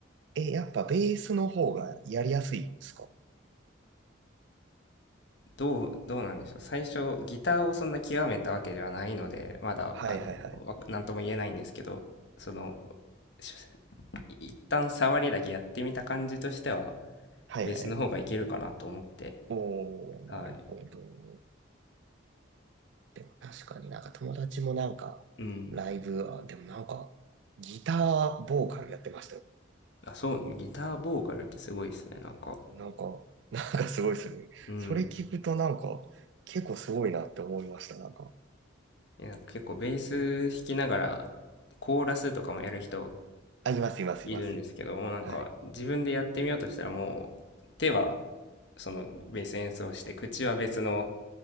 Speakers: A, on the right; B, on the left.
A: え、やっぱベースの方がやりやすいんですか
B: どう、どうなんでしょう。最初ギターをそんな極めたわけではないので、まだ、
A: はいはいはい。
B: あの、わなんとも言えないんですけど、その、し一旦触りだけやってみた感じとしては、
A: はいはい。
B: ベースの方がいけるかなと思って、
A: おー、
B: はい。
A: なるほど。でも確かになんか友達もなんか、
B: うん。
A: ライブ、あ、でもなんか、ギターボーカルやってました
B: あ、そう、ギターボーカルってすごいですね。なんか、
A: なんか、<laughs> なんかすごいですよね。
B: うん。
A: それ聞くとなんか、結構すごいなって思いました、なんか。
B: え、なんか結構ベース弾きながら、コーラスとかもやる人
A: あ、います、います、
B: いるんですけども、
A: います。
B: なんか自分でやってみようとしたらもう、
A: はい。
B: 手はそのベース演奏して、口は別の